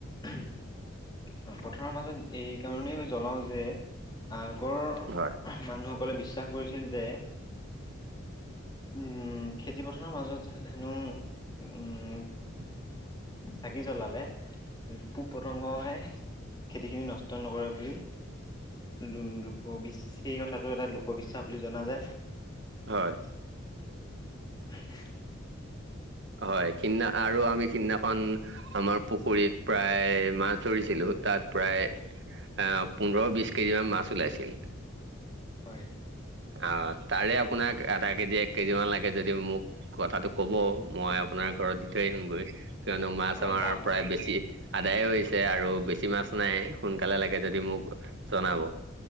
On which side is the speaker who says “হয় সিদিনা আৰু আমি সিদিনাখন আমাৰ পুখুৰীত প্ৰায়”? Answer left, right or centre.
Right